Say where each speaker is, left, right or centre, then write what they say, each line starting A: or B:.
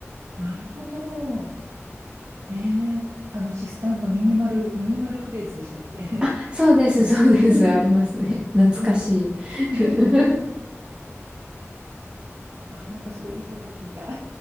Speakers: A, on the right (about 80°); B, on the right (about 15°).
A: なるほど。ええあの、シスタンのミニマル、ミニマルフレーズでしたっけ
B: あ、そうです、
A: <laughs> うんうん
B: そうです。ありますね。懐かしい。
A: うん
B: <laughs>
A: <laughs> あ、なんかすごいいいこと聞いた。